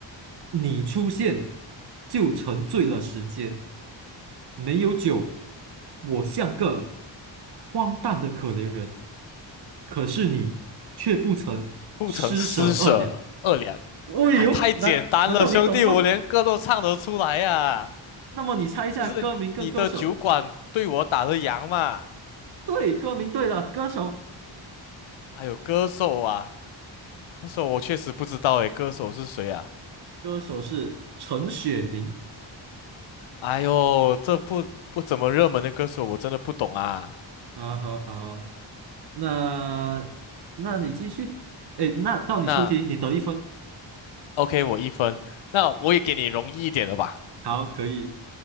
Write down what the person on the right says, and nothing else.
你出现就沉醉了时间，没有酒，我像个荒诞的可怜人，可是你却不曾施舍二两。
喂呦，
难难道你懂吗？
那么你猜一下歌名跟歌手？
对，歌名对了，歌手
歌手是陈雪凝。
好好好，那那你继续。哎，那到你出题，
你得一分。
好，可以。